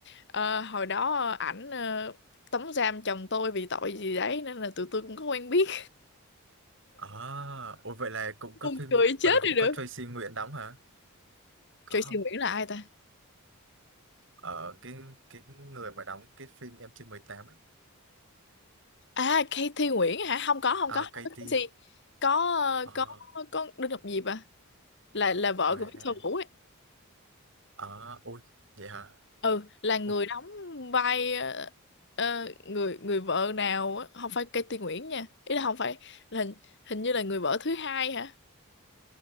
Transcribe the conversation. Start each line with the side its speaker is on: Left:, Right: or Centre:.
Left: "Ờ, hồi đó ờ, ảnh ờ, tống giam chồng tôi vì tội gì đấy nên là tụi tôi cũng có quen biết
Right: À, ôi vậy là cũng
Left: <laughs>
Right: có
Left: buồn
Right: phim,
Left: cười chết
Right: vậy là cũng
Left: đi được
Right: có Tracy Nguyễn đóng hả? Có
Left: Tracy
Right: không?
Left: Nguyễn là ai ta
Right: Ở cái cái người mà đóng cái phim Em chưa mười tám, ấy.
Left: À, Kathy Nguyễn hả? Không có, không
Right: À,
Left: có,
Right: Katie.
Left: không có Kathy. Có ờ,
Right: Ờ,
Left: có có Đinh Ngọc Diệp à? Là là vợ
Right: wow.
Left: của Victor Vũ ấy.
Right: Ờ, ôi, vậy hả?
Left: Ừ, là
Right: Ồ,
Left: người đóng vai ờ, ờ, người người vợ nào á, không phải Kathy Nguyễn nha. Ý là không phải là hình, hình như là người vợ thứ hai hả?